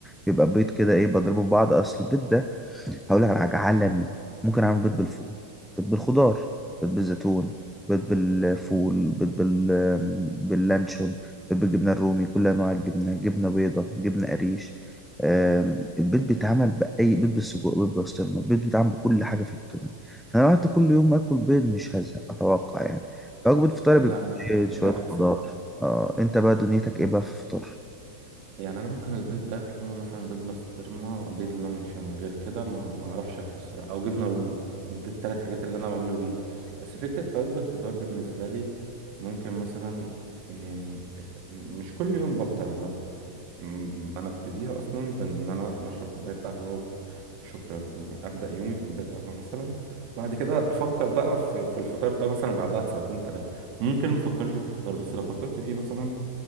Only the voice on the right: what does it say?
لا انا بالنسبه
لي عكسك
يعني انا ممكن البيض ده اكله مثلا بيض بسطرمه بيض لانشون غير كده ما ما اعرفش اكله الصراحه او جبنه رومي دي التلات حاجات اللي انا بعمله بيها بس فكره وجبه فطار بالنسبه لي ممكن مثلا يعني مش كل يوم بفطر عامه م- انا ببتديها اصلا بان انا بشرب كوبايه قهوه وشكرا يعني ابدا يومي بكوبايه قهوه مثلا بعد كده افكر بقى في في الفطار ده مثلا بعدها بساعتين ثلاثه ممكن مفكرش في الفطار بس لو فكرت فيه مثلا